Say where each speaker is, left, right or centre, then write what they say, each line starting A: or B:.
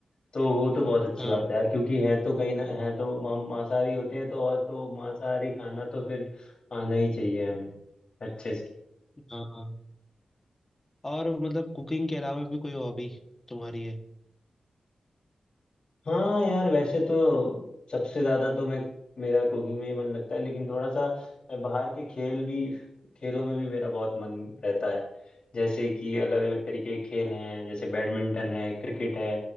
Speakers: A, on the left (about 50°); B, on the left (about 20°).
A: तो वो तो बहुत अच्छी
B: हाँ
A: बात है यार क्योंकि हैं तो कहीं ना हैं तो मा- मांसाहारी होते हैं तो और तो मांसाहारी खाना तो फिर आना ही चाहिए हमें अच्छे से
B: हाँ हाँ। और मतलब कुकिंग के अलावा भी कोई हॉबी तुम्हारी है
A: हाँ यार वैसे तो सबसे ज्यादा तो मैं मेरा कुकिंग में ही मन लगता है लेकिन थोड़ा सा बाहर के खेल भी खेलों में भी मेरा बहुत मन रहता है जैसे कि अलग अलग तरीके के खेल हैं जैसे बैडमिंटन है क्रिकेट है